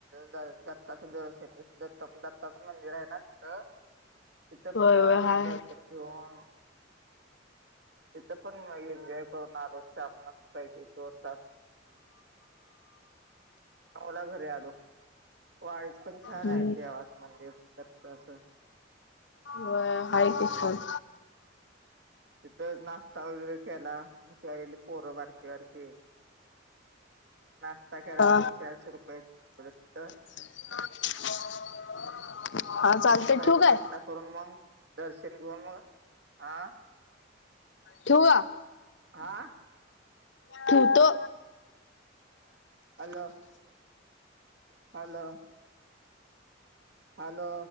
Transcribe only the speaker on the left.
होय
होय
हाय
हाय
हम्म
होय आहे की छान.
हा
<inaudible> चालतंय
ठेवू काय
ठेवू का?
ठेऊतो.